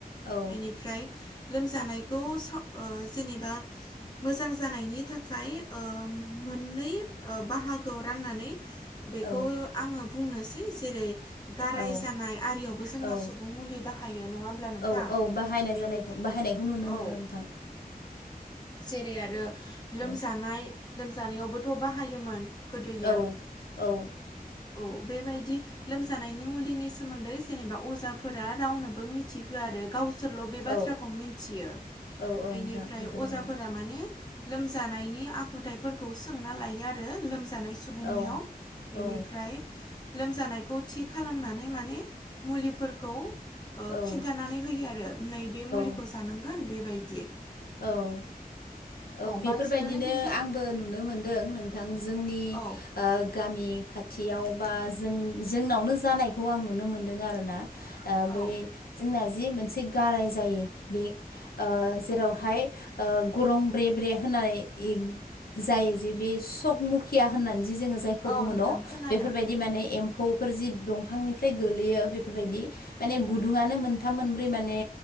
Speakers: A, on the left; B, on the left.
A: औ
B: बेनिफ्राय लोमजानायखौ स ओ जेनेबा मोजां जानायनि थाखाय ओ मोननै ओ बाहागोआव राननानै बेखौ
A: औ
B: आङो बुंनोसै जेरै गाराय
A: औ
B: जानाय आरियावबो जोंहा
A: औ
B: सु सुबुं मुलि बाहायो नङा होमब्ला नोंथां
A: औ औ बाहायनाय
B: बेनिफ्राय
A: जानायखौ बाहायनायखौ नुनो मोनो
B: औ
A: नोंथां
B: जेरै आरो लोमजानाय
A: औ
B: लोमजानायावबोथ' बाहायोमोन गोदोयो
A: औ औ
B: औ बेबायदि लोमजानायनि मुलिनि सोमोन्दै जेनेबा अजाफोरा रावनोबो मि मिथि होआ आरो गावसोरल' बे बाथ्राखौ
A: औ
B: मिथियो
A: औ औ
B: बेनिफ्राय
A: नोंथां बेफोरबायदि
B: अजा माने लोमजानायनि आखुथायफोरखौ सोंना लायो आरो लोमजानाय सुबुंनियाव
A: औ
B: बेनिफ्राय
A: औ
B: लोमजानायखौ थि खालामनानै माने मुलिफोरखौ ओ
A: औ
B: खिन्थानानै होयो आरो नैबे मुलिखौ
A: औ
B: जानांगोन बेबायदि
A: औ औ बेफोरबायदिनो
B: बांसिनानो खिन्थु
A: आंबो नुनो मोनदों नोंथां जोंनि
B: औ
A: ओ गामि खाथियाव बा जों जोंनावनो जानायखौ आं नुनो मोनदों आरोना ओ बै
B: औ
A: जोंना जि मोनसे गाराय जायो बे ओ जेरावहाय ओ गरम ब्रे ब्रे होनानै जायो जे बे सकमुखिया होननानै जे जोङो जाय खौ
B: औ
A: बुङो
B: नोंथां
A: न'
B: खोनादों
A: बेफोरबायदि माने एम फौफोर जि दंफांनिफ्राय गोलैयो बेफोरबायदि माने गुदुङानो मोनथाम मोनब्रै माने